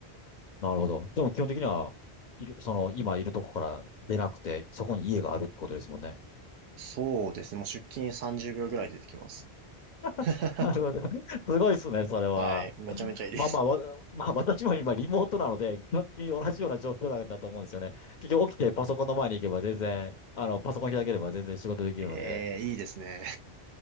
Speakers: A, on the left; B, on the right.
A: なるほど。でも基本的には、いるその今いるとこから出なくて、そこに家があるってことですもんね。
B: そうですね。もう出勤30秒ぐらいで出てきます。<laughs>
A: <laughs> なるほど。すごいですね、それは。
B: はい。めちゃめちゃいいです。
A: まあまあ、わまあ私も今リモートなので、基本的に同じような状況なんだと思うんですよね。結局起きてパソコンの前に行けば全然、あの、パソコン開ければ全然仕事できるので。
B: ええ、いいですね。